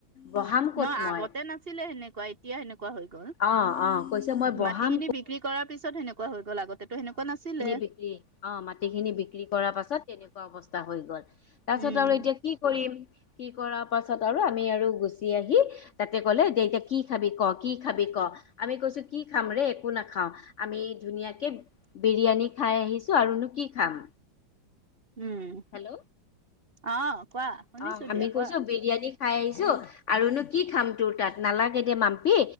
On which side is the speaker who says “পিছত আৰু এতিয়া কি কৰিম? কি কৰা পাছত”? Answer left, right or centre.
Left